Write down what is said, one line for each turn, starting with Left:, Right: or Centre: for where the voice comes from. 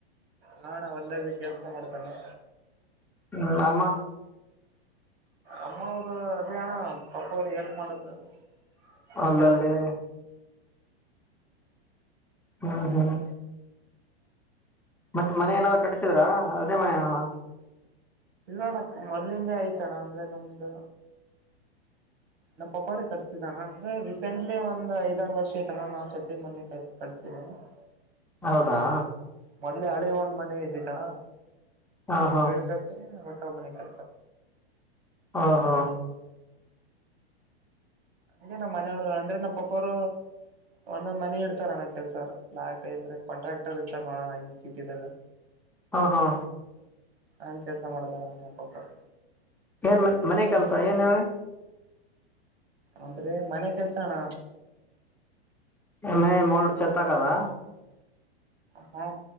Right: ಹಾ ಅಣಾ ಹೊಲ್ದಲಿ ಕೆಲ್ಸ ಮಾಡ್ತನ
Centre: ಹ್ಮ್ ಅಮ್ಮ
Right: ಅಮ್ಮವರು ಅದೇ ಅಣ್ಣ ಅಪ್ಪ ಅವ್ರಿಗೆ ಹೆಲ್ಪ್ ಮಾಡೋದು ಹೊಲ್ದಲ್ಲಿ
Centre: ಹೊಲ್ದಲ್ಲೆ ಹ್ಮ್ ಹ್ಮ್ ಮತ್ತ್ ಮನೆ ಏನಾದರು ಕಟ್ಟಿಸಿದ್ರಾ ಅದೇ ಮನೆ ಏನ
Right: ಇಲ್ಲೋಣ್ಣ ಮೊದ್ಲಿಂದ ಐತ್ ಅಣ್ಣ ಅಂದ್ರೆ ನಮ್ದು
Centre: <unintelligible>
Right: ನಮ್ಮ ಪಾಪೊರೆ ಕಟ್ಸಿದ ಅಣ್ಣ ಅಂದ್ರೆ ರೀಸೆಂಟ್ಲಿ ಒಂದ್ ಐದಾರು ವರ್ಷ ಐತಣ್ಣ ನವ್ ಛತ್ತಿನ್ ಮನೆ <unintelligible>
Centre: ಹೌದಾ
Right: ಮೊದಲೇ ಹಳೆ ಒಂದು ಮನೆ ಇದ್ದಿತಣ
Centre: ಹಾ
Right: ಅದು
Centre: ಹಾ
Right: ಬೇಳ್ <unintelligible> <unintelligible> ಹೊಸ ಮನೆ <unintelligible>
Centre: ಹಾ ಹಾ
Right: ಹಂಗೆ ನಮ್ಮ ಮನೆಯವ್ರು ಅಂದ್ರೆ ನಮ್ಮ ಪಪ್ಪೊರು ಒಂದೊಂದ್ ಮನೆ ಇಡ್ತಾರೆ ಅಣ್ಣ ಕೆಲ್ಸರ್ ಲಾಕ ಅಂದ್ರೆ ಕಾಂಟ್ರಾಕ್ಟರ್ ಇರ್ತಾರ ನೋಡಣ ಹಿಂಗ್ ಸಿಟಿದಾಗ
Centre: ಹ ಹಾ
Right: ಅಲ್ ಕೆಲಸ ಮಾಡ್ತಾರಣ್ಣ ನಮ್ ಪಪಾರು
Centre: ಏನ್ ಮ ಮನೆ ಕೆಲಸ ಏನ್ ಹೇಳು
Right: ಅಂದ್ರೆ ಮನೆ ಕೆಲ್ಸ ಅಣ್ಣ
Centre: <unintelligible> ಮನೆ ಮೋಲ್ಡ್ ಚೆತ್ತಾಕದಾ
Right: ಹ್ಮ